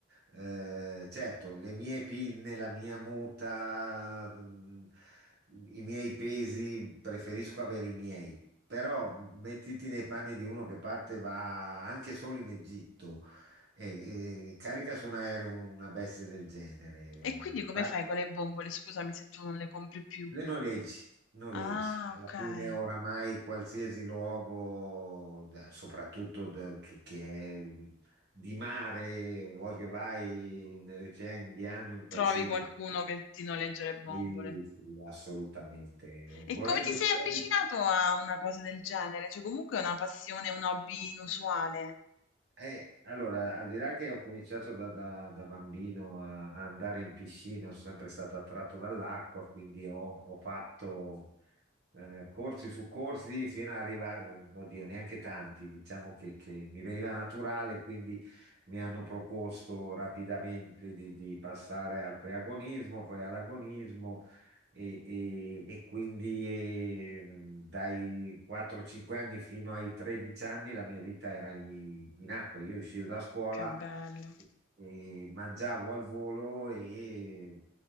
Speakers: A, on the right (about 55°); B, on the left (about 80°).
A: Eh, certo, le mie pinne, la mia muta, mm, i miei pesi, preferisco avere i miei. Però mettiti nei panni di uno che parte, va anche solo in Egitto e, e carica su un aereo una bestia del genere.
B: E quindi come
A: Vai-
B: fai con le bombole? Scusami se tu non le compri più.
A: le noleggi, noleggi.
B: Ah,
A: Alla
B: okay.
A: fine oramai qualsiasi luogo, da- soprattutto da- che, che è di mare, vuoi che vai nell'Oceano Indiano, in qualsiasi...
B: Trovi qualcuno che ti noleggia le bombole.
A: Sì, sì, assolutamente.
B: E
A: Volendo
B: come ti sei
A: proprio...
B: avvicinato a una cosa del genere? Cioè comunque è una passione, un hobby inusuale.
A: Eh, allora, al di là che ho cominciato da, da- da bambino a, a andare in piscina, sono sempre stato attratto dall'acqua, quindi ho, ho fatto eh, corsi su corsi fino ad arrivare, oddio, neanche tanti, diciamo che, che mi veniva naturale, quindi mi hanno proposto rapidamente di, di passare al preagonismo, poi all'agonismo e, e- e quindi eh, dai 4-5 anni fino ai 13 anni la mia vita era in, in acqua. Io uscivo da scuola
B: Che bello.
A: e mangiavo al volo e